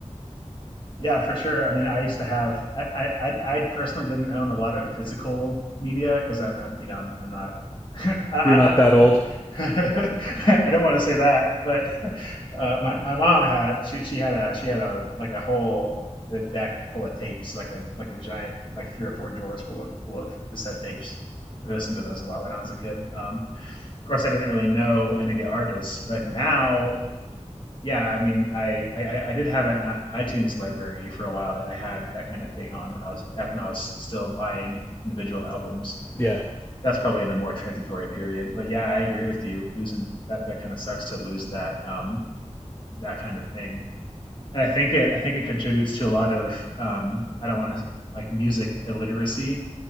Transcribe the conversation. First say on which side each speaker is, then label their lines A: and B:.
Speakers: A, on the left (about 40°); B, on the left (about 20°).
A: Yeah, for sure. I mean, I used to have. I I I I personally didn't own a lot of physical media because I'm, I'm you know I'm, I'm not. <laughs> I, I,
B: You're not that old.
A: I <laughs> I don't want to say that, but uh, my my mom had she she had a she had a like a whole a deck full of tapes like a like a giant like three or four drawers full of full of cassette tapes. I listened to those a lot when I was a kid. Um, of course, I didn't really know any of the artists, but now yeah, I mean, I, I I- did have an i- iTunes library for a while that I had that kind of thing on when I was back when I was still buying individual albums.
B: Yeah,
A: That's probably in a more transitory period, but yeah, I agree with you. Losing that that kind of sucks to lose that um that kind of thing, and I think it I think it contributes to a lot of um I don't want to like music illiteracy.